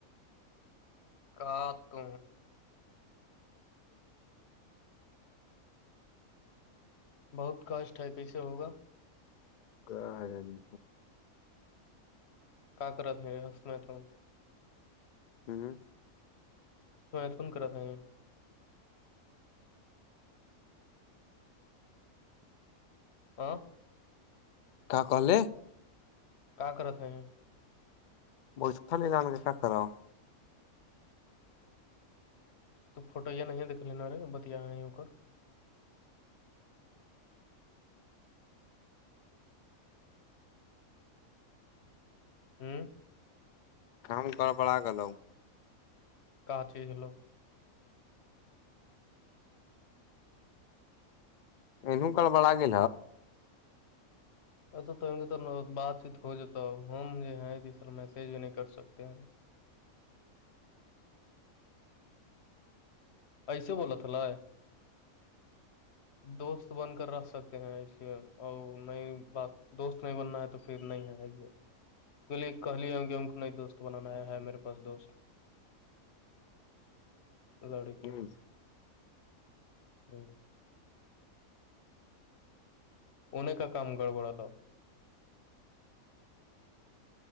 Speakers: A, on the left; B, on the left.
A: کا تو بہت کاسٹ ہے کیسے ہوگا
B: کہ جی
A: کا کرت ہیں ہسنات
B: ہوں
A: تو ای آ کون کرا ہیں آ
B: ک کہل
A: کیا کرتا ہے
B: بول ل جان کے پ خر آ
A: تو فوٹو یہیا نہیں ہے دکھھ لینا رے بتیا ار ہوں
B: کم کر بلاا گل
A: کہ چیز لوگ
B: نوں کاال بڑاگے
A: اا تو بات چیت ہو جاتا ہو ہم جو ہے کہ سر میسج بھی نہیں کر سکتے ہیں ایسے بولا تھالا دوست بن کر رکھ سکتے ہیں اسے اور نئی بات دوست نہیں بننا ہے تو پھر نہیں ہےی ہے بلیے کہ لیاوں گے ہم کو ن ایک دوست بنانا ہے میرے پاس دوست ا لڑ
B: یہ
A: کی ہ انیں کا کام گڑبڑا لا